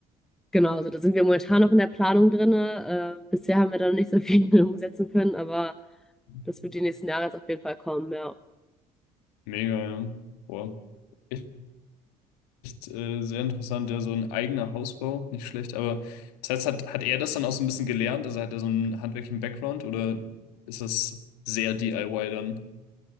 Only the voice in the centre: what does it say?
Genau, also da sind wir momentan noch in der Planung drinne. Äh, bisher haben wir da noch nicht so viel <laughs> umsetzen können, aber
das wird die nächsten Jahre jetzt auf jeden Fall kommen, ja.